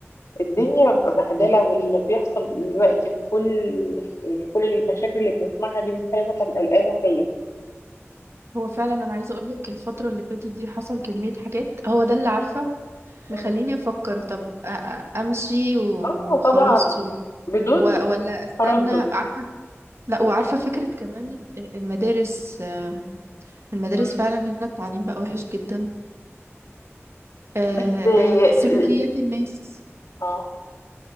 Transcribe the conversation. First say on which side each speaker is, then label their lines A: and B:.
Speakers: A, on the left; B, on the right.
A: الدنيا بتبقى بهدلة واللي بيحصل دلوقتي في كل يعني كل المشاكل اللي بنسمعها دي بتخلي الواحد قلقان وخايف
B: هو فعلا انا عايزه اقول لك الفتره اللي فاتت دي حصل كميه حاجات هو ده اللي عارفه مخليني
A: مم.
B: افكر طب أ- أ- امشي وخلاص
A: اه طبعا
B: و-
A: بدون
B: و- ولا استنى
A: تردد
B: عارفه لا وعارفه فكره كمان المدارس آم، المدارس
A: مم.
B: فعلا هنا التعليم بقى وحش جدا آه،
A: بس ال-
B: آه، سلوكيات الناس
A: اه